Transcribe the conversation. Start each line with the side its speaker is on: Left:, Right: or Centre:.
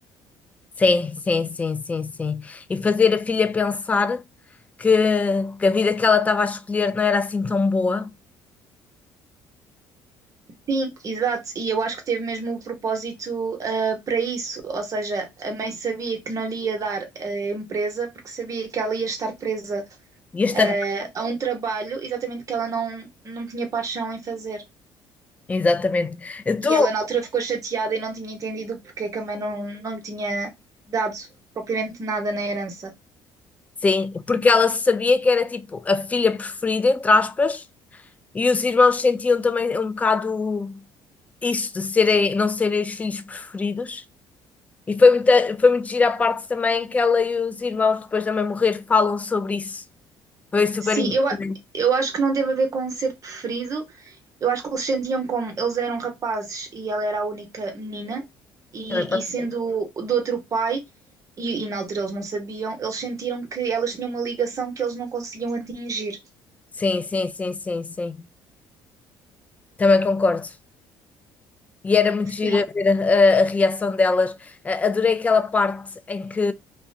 Left: Sim, sim, sim, sim, sim. E fazer a filha pensar que, que a vida que ela estava a escolher não era assim tão boa.
Right: Sim, exato, e eu acho que teve mesmo o propósito ah, para isso, ou seja, a mãe sabia que não lhe ia dar a empresa porque sabia que ela ia estar presa
Left: E esta...
Right: ah, a um trabalho exatamente que ela não, não tinha paixão em fazer.
Left: <laughs> Exatamente.
Right: E
Left: Tu...
Right: ela na altura ficou chateada e não tinha entendido porque é que a mãe não, não lhe tinha dado propriamente nada na herança.
Left: Sim, porque ela sabia que era tipo a filha preferida, entre aspas, e os irmãos sentiam também um bocado isso de serem, não serem os filhos preferidos. E foi muito, foi muito gira a parte também que ela e os irmãos, depois da mãe morrer, falam sobre isso. Foi super
Right: Sim,
Left: importante.
Right: eu, a- eu acho que não teve a ver com um ser preferido, Eu acho que eles sentiam como eles eram rapazes e ela era a única menina, e,
Left: Também pode
Right: e sendo
Left: ser.
Right: do outro pai, e, e na altura eles não sabiam, eles sentiram que elas tinham uma ligação que eles não conseguiam atingir.
Left: Sim, sim, sim, sim, sim. Também concordo. E era muito
Right: Sim,
Left: giro a ver a, a- a reação delas. A- Adorei aquela parte em que